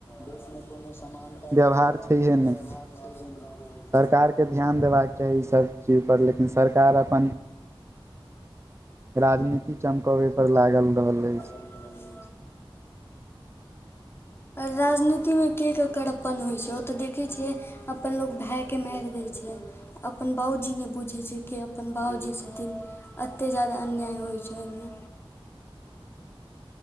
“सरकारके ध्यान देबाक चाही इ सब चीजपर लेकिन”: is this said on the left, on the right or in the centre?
Right